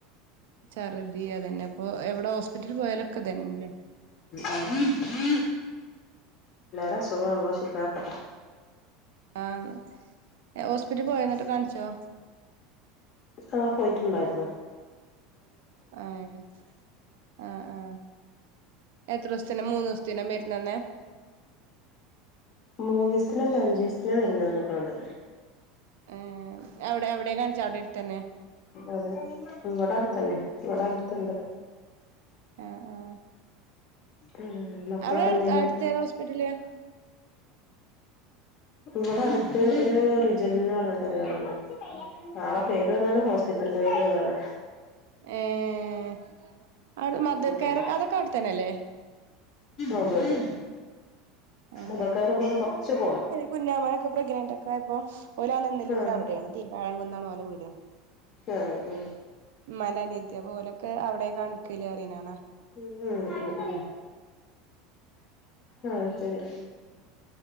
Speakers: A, on the right (about 75°); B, on the left (about 35°).
A: ചർദ്ധി അതന്നെ ഇപ്പൊ എവിടെ ഹോസ്പിറ്റലിൽ പോയാലൊക്കെ തന്നെ
B: എന്തേ ല്ലാര അസുഖവു അള്ള ഷിഫാക്കട്ടെ
A: ആഹ് ഓസ്പിറ്റ പോയ ന്ന്ട്ട് കാൺച്ചോ
B: ആഹ് പോയിറ്റ്ണ്ടാര്ന്നു
A: ആഹ് ആ ആ എത്രോസ്ഥിന് മൂന്ന് സ് ദിനം വരുന്നന്നെ
B: മൂന്നിസ്ത്തിനല്ല അഞ്ചിസ്തിന വെരുന്ന ന്ക്ക്‌ണത്
A: ഏ എവ്ടെ എവിടേ കാൺച്ച അവിടെ തന്നെ
B: അതെ ഇവട അട്ത്തെന്നെ. ഇവ്ട അടുത്ത്ണ്ട്.
A: ആ ആ
B: ഉം മക്കളൊക്കെ
A: അവ്ടെ
B: എന്ത്
A: ട്ത്ത്
B: ചെയ്യണ്
A: അട്ത്തേതാ ഹോസ്പിറ്റല്
B: ഇവ്വ്ട അടുത്ത് ഒര് റിജൽന്ന് അർഞ്ഞ്ട്ട് ഒരാൾണ്ട്. ആളെ
A: ആ
B: പേരു അതാണ് ഹോസ്പിറ്റൽന്റെ പേരു അതാ ണ്.
A: ഏഹ് അട് മതർ
B: ഉം
A: കേയറൊക്കെ അതൊക്ക അവ്ട്ത്തെന്നയല്ലേ?
B: അതെ അതെ
A: ആ
B: മുതൽ
A: ആ.
B: കയർ ഇവിടുന്ന് കൊറച്ച് പോണം
A: കുഞ്ഞാമാനൊക്ക പ്രഗ്നനന്റൊക്ക ആയപ്പോ ഓലാ അലന്നല്ലൂർ
B: ആഹ്
A: അവിടേണ് തിരുവാഴംങ്കുന്നാണ് ഓല വീട്
B: ആഹ് ആ
A: മ്മാന്റെ അനത്ത്യാേ അപ്പോലോ ക്കെ അവ്ടെ കാൺക്കല് അറീണാണ
B: ഉം ഉം ഉം ആഹ് ശരി